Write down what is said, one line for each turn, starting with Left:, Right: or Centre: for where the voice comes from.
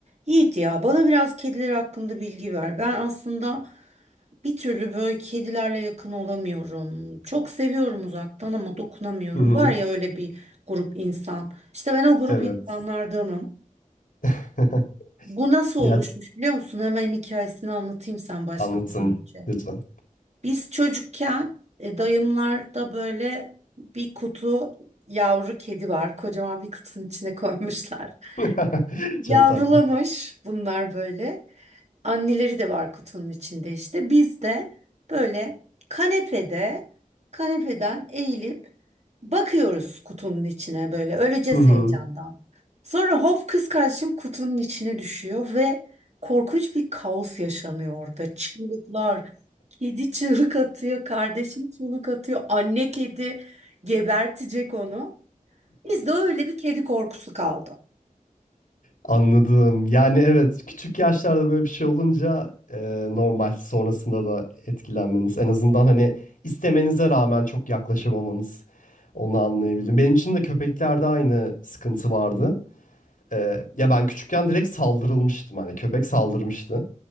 Right: Yiğit ya bana biraz kediler hakkında bilgi ver. Ben aslında bir türlü böyle kedilerle yakın olamıyorum. Çok seviyorum uzaktan ama dokunamıyorum.
Left: Hı hı.
Right: Var ya öyle bir grup insan. İşte ben o grup
Left: Evet.
Right: insanlardanım.
Left: <laughs>
Right: Bu nasıl
Left: Ya
Right: oluşmuş biliyor musun? Hemen hikayesini anlatayım sen başlamadan
Left: anlatın
Right: önce.
Left: lütfen.
Right: Biz çocukken e, dayımlarda böyle bir kutu yavru kedi var. Kocaman bir kutunun içine <laughs> koymuşlar.
Left: <laughs> Çok
Right: Yavrulamış
Left: tatlı.
Right: bunlar böyle. Anneleri de var kutunun içinde işte. Biz de böyle kanepede, kanepeden eğilip bakıyoruz kutunun içine böyle öleceğiz
Left: Hı hı.
Right: heyecandan. Sonra hop kız kardeşim kutunun içine düşüyor ve korkunç bir kaos yaşanıyor orada. Çığlıklar, kedi çığlık atıyor, kardeşim çığlık atıyor, anne kedi gebertecek onu. Bizde öyle bir kedi korkusu kaldı.
Left: Anladım. Yani evet küçük yaşlarda böyle bir şey olunca e, normal sonrasında da etkilenmeniz. En azından hani istemenize rağmen çok yaklaşamamanız. Onu anlayabildim. Benim için de köpeklerde aynı sıkıntı vardı. E, ya ben küçükken direkt saldırılmıştım. Hani köpek saldırmıştı.